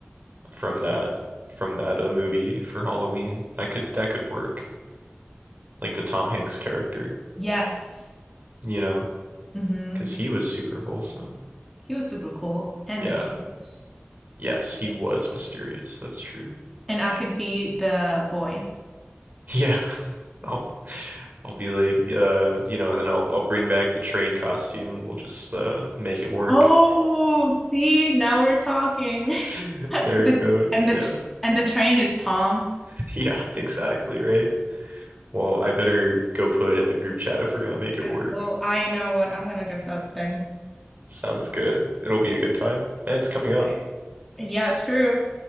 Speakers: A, on the right; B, in the centre.
A: from that from that a movie for Halloween. That could that could work. Like the Tom Hanks character,
B: Yes.
A: you know,
B: Mm-hmm.
A: because he was super wholesome.
B: He was super cool and
A: Yeah.
B: mysterious.
A: Yes, he was mysterious. That's true.
B: And I could be the boy.
A: Yeah. <laughs> I'll I'll be like uh, you know, and then I'll I'll bring back the train costume and we'll just uh make it work.
B: Oh, see, now we're talking.
A: <laughs>
B: <laughs> <laughs>
A: There
B: The
A: it goes.
B: and the
A: Yeah.
B: and the train is Tom.
A: <laughs> Yeah, exactly right. Well, I better go put in the group chat if we're gonna make it
B: Yeah,
A: work.
B: well, I know what I'm gonna dress up then.
A: Sounds good. It'll be a good time. And it's coming up.
B: Okay. Yeah, true.